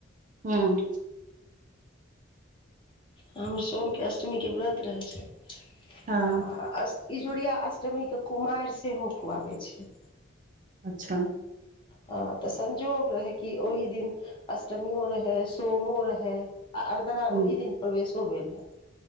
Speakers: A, on the right (about 40°); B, on the left (about 25°).
A: हुँ
B: हमर सोमके अष्टमी के व्रत रहै छै
A: हँ
B: आ इजोरिया अष्टमीके कुमारि सेहो खुआबै छियै
A: अच्छा
B: हँ तऽ संजोग रहै कि ओहि दिन अष्टमीयो रहै सोमो रहै आ अरदरा
A: हूँ
B: ओहि दिन प्रवेशो भेल रहए